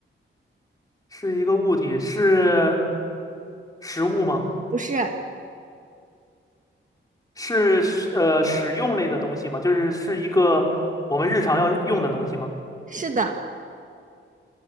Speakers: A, on the left; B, on the right.
A: 是一个物体，是食物吗？
B: 不是，
A: 是呃使用类的东西吗？就是是一个我们日常要用的东西吗？
B: 是的，